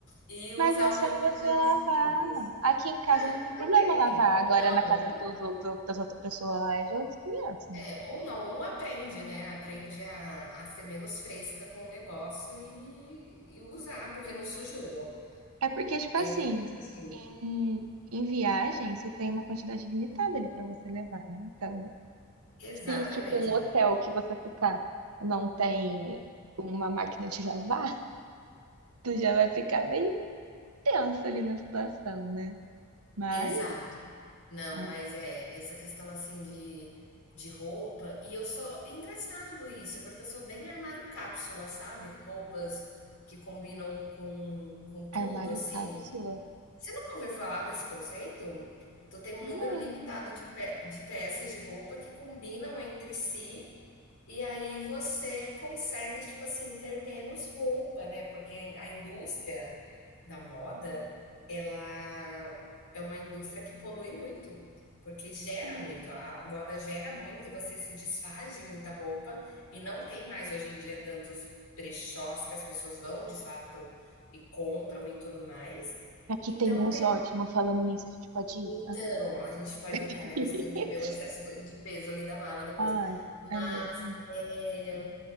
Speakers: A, on the left; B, on the right.
A: e usar
B: Mas é
A: o
B: só
A: mesmo
B: você
A: pijama
B: lavar.
A: seguidos.
B: Aqui em casa não tem problema
A: Também,
B: lavar.
A: ou
B: Agora
A: não,
B: na casa dos
A: ou
B: outro, das outras pessoas lá é de outros 500, né?
A: é, ou não, ou aprende, né, aprende a a ser menos fresca com o negócio e e usar, porque não sujou.
B: É, é porque, tipo
A: Eu
B: assim,
A: penso assim.
B: em, em viagem você tem uma quantidade limitada ali pra você levar, né? Então,
A: Exatamente,
B: se tipo um
A: amiga.
B: hotel que você ficar não tem uma máquina de lavar, <laughs> tu já vai ficar meio tenso ali na situação, né? Mas,
A: Exato. Não,
B: ah,
A: mas é, essa questão assim de, de roupa, e eu sou, engraçado isso, porque eu sou bem armário cápsula, sabe? Roupas que combinam com, com tudo,
B: armário
A: assim.
B: cápsula?
A: Você nunca ouviu falar desse conceito? Tu tem um
B: Não.
A: número limitado de, pe- de peças de roupa que combinam entre si, e aí você consegue, tipo assim, ter menos roupa, né? Porque a indústria da moda, ela é uma indústria que polui muito, porque gera
B: não.
A: muito, a a moda gera muito e você se desfaz de muita roupa e não tem mais hoje em dia tantos brechós que as pessoas vão de fato e compram e tudo mais.
B: Aqui
A: Então
B: tem uns
A: tem
B: ótimos
A: uma
B: falando nisso, a gente pode ir?
A: então, a gente pode olhar,
B: <laughs>
A: né, mas tem que ver o excesso do de peso ali da mala depois.
B: Ah,
A: Mas,
B: é mesmo.
A: eh,